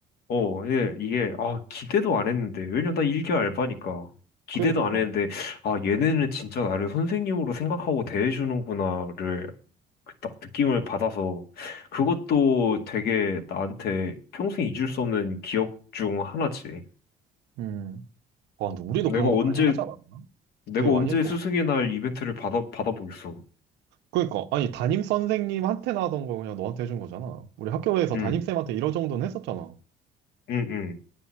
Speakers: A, on the left; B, on the right.
A: 어, 예, 이게 아 기대도 안 했는데 왜냐면 나 1개월 알바니까 기대도
B: 그니까,
A: 안 했는데 아 얘네는 진짜 나를 선생님으로 생각하고 대해주는구나를 그딱 느낌을 받아서 그것도 되게 나한테 평생 잊을 수 없는 기억 중 하나지.
B: 음. 아, 근데 우리도
A: 내가
B: 그런
A: 언제
B: 거 많이 하지 않았나?
A: 내가
B: 되게
A: 언제
B: 많이 했던
A: 스승의
B: 거.
A: 날 이벤트를 받아 받아보겠어.
B: 그러니까 아니 담임 선생님한테나 하던 거 그냥 너한테 해준 거잖아. 우리 학교에서
A: 응
B: 담임쌤한테 이러 정도는 했었잖아.
A: 응 응